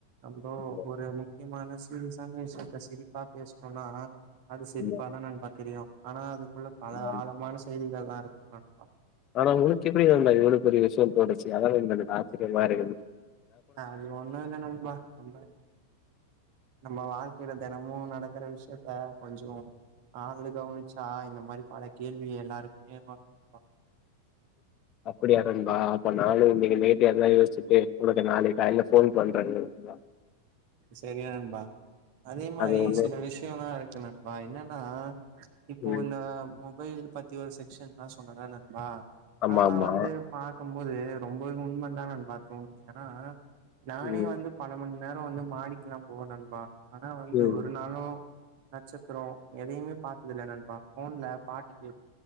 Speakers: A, on the right (about 45°); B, on the left (about 35°).
A: அம்போ
B: ஆமா,
A: ஒரு முக்கியமான சிறி ச விஷத்த சிரிப்பா பேசணும்னா அது சிரிப்பாதான்
B: ஆமா,
A: நன்பா தெரியும் ஆனா அது உள்ள பல
B: ஆமா.
A: ஆழமான செய்திகள் நல்லா இரு <unintelligible>
B: ஆனா உனக்கு எப்டி வண்டாது இவ்ள பெரிய விஷயம்மாச்சு அதெல்லாம் இந்த ஆச்சரிய மா இரு
A: அது ஒண்ணும் இல்ல நம்பா நம்ம நம்ம வாழ்க்கைல தினமும் நடக்கற விஷயத்த கொஞ்சம் அதுல கவனிச்சா இந்த மாரி பல கேள்வி எல்லாருக்குமே வ வ
B: அப்படியா நம்பா அப்ப நானும் இன்னைக்கு நைட்டு எதன யோசிச்சுட்டு உனக்கு நாளைக்கு காலைல போன் பண்றேன் வா
A: செரிங்க நண்பா அதே மாரி
B: அது வந்து
A: சில விஷயம்லாம் இருக்கு நண்பா என்ன ஆஹ் இப்போ
B: ம்.
A: இந்தா மொ மொபைல் பத்தி ஒரு செக்ஷன்ல்லான் சொன்னல நண்பா
B: ஆமாமா.
A: அதெல்லாம் வந்து பாக் பார்கும்போது ரொம்பவே உன்மன் தான் நண்பா தோணுது ஏன்னா நானே
B: ம்,
A: வந்து பல மணி நேரோ வந்து மாடிக்கலாம் போவேன் நண்பா ஆனா வந்து
B: ம்.
A: ஒரு நாளும் நட்சத்திரம் எதையுமே பார்த்ததுல்ல நண்பா போன்ல பாட்டு கே